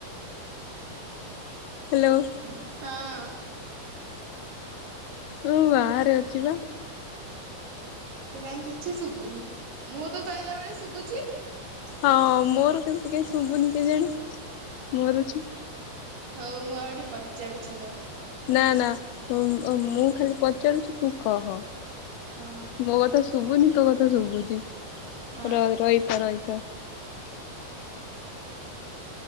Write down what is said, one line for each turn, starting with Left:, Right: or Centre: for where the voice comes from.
Left: ହ୍ୟାଲୋ!
Right: ହଁ,
Left: ମୁ ବାହାରେ ଅଛି ବା।
Right: ତ କାଇଁ କିଛି ଶୁଭୁନି ମୁଁ ତ କହିଲା ବେଳେ ଶୁଭୁଛି?
Left: ହଁ, ମୋର କେମିତି କାହିଁ ଶୁଭୁନି କେଜାଣି ମୋର
Right: ହଉ ମୁଁ ଆଉ ଗୋଟେ ପଚାରୁଛି ରହ।
Left: ନା, ନା ମୁଁ ଖାଲି ପଚାରୁୁଛି, ତୁ କହ।
Right: ହଁ।
Left: ମୋ କଥା ଶୁଭୁନି ତୋ କଥା ଶୁଭୁଛି
Right: ହଁ
Left: ର ରହିତା ରହିତା।।